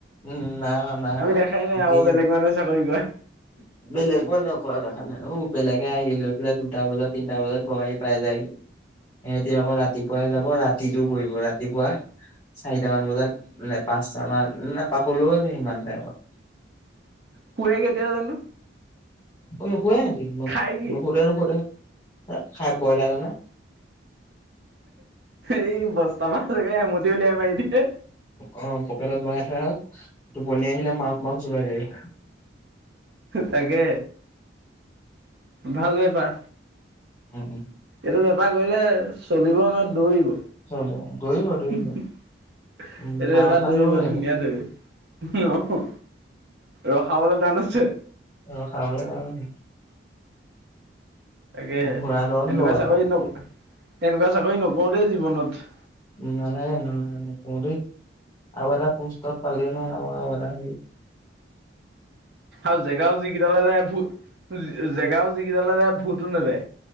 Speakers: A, on the left (about 20°); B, on the right (about 60°).
A: উম নাই কৰা নাই
B: আমি
A: কৰা
B: দেখাই নাই
A: দিন
B: আৰু বেলেগ মানুহ চাকৰি কৰা।
A: <inaudible> বেলেগো নোকোৱা দেখা নাই অ, বেলেগে আহি লৈ পেলাই দুটা বজাত তিনটা বজাত ঘৰা আহি পাই যায়হি। <inaudible> সিহতি আকৌ ৰাতিপুৱাই যাব ৰাতিতটো কৰিব ৰাতিপুৱা চাৰিটামান বজাত পাচ তমান নে পাবলৈও আছে সিমান টাইমত
B: শে কেতিয়া জানো?
A: নুশুে নে ন
B: খাই কি
A: নুখুতে - নুখুতে খাই ব্ৰইলাৰ হ ন।
B: এই বস্ত মা চগে এমুটি উলিয়াই মাৰি দিয়ে।
A: অ, পকেটত বহাই থোৱা হ'ল টোপনি আহিলে মাস - মাস যোগাৰ হৰি
B: তাকে ভাল বেপাৰ।
A: উম-উম।
B: এইটো বেপাৰ কৰিলে চলিব ন দৌৰিব।
A: চলে দৌৰিব দৌৰিব
B: এইটো
A: উম মাৰাথান
B: এবাৰ দৌৰিব
A: দৌৰ মাৰিব
B: ধুনীয়া দৌৰি আহ ৰখাবালা টান আছে।
A: ৰখাবলৈ কাৰণে
B: তাকে এনেকুৱা
A: ঘোঁৰা দৌৰ লগাব
B: চাকৰি ন - এনেকুৱা চাকৰি নকৰো দেই জীৱনত।
A: নালাগে ন পৰি আৰা পুষ্টৰ পালন হ
B: আৰু জেগাও যিকেইটালে যায় ভ - কৰে জেগাও যিকেইটালে যায় ভূতো নেদে